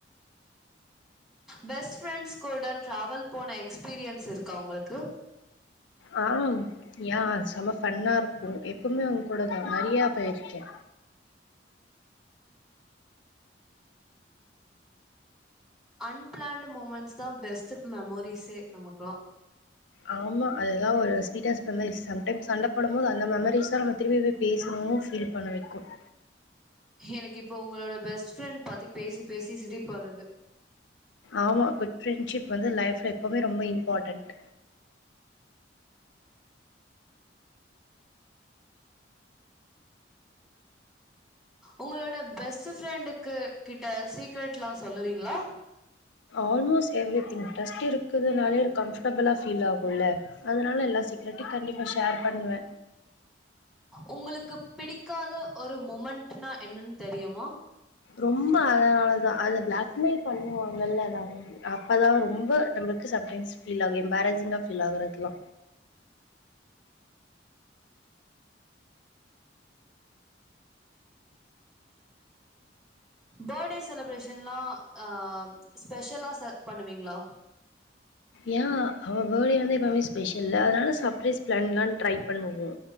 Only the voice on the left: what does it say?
ஆ யா செம ஃபண்ணா இருக்கு எப்பமே அவங்க கூடதா நறையா போய்ருக்கே
ஆமா அதுதா ஒரு ஸ்வீட்டஸ் மெமரிஸ் சம்டைம்ஸ் சண்ட போடும் போது அந்த மெமரிஸ் தா நம்ம திருப்பி போய் பேசுறோ ஃபீல் பண்ண வைக் கும்
ஆமா குட் ஃப்ரெண்ட்ஷிப் வந்து லைஃப்ல எப்பமே ரொம்ப இம்பார்ட்டன்ட்
ஆல்மோஸ்ட் எவ்ரி திங் ட்ரஸ்ட் இருக்கதுனாலயே எனக்கு கம்ஃபர்டபிளா ஃபீல் ஆகும்ல்ல அதனால எல்லா சீக்கரட்டையு கண்டிப்பா ஷேர் பண்ணுவ
ரொம்ப அதனாலதா அத பிளாக்மெயில் பண்ணுவாங்கல்ல அதா அப்பதா ரொம்ப நம்மளுக்கு சம்டைம்ஸ் பீல் ஆகு எம்பாரசிங்கா ஃபீல் ஆகுறதுல்லா
ஏ அவ படே வந்து எப்பமே ஸ்பெஷல் அதனால சர்பரைஸ் பிளான்லா ட்ரை பண்ணுவோ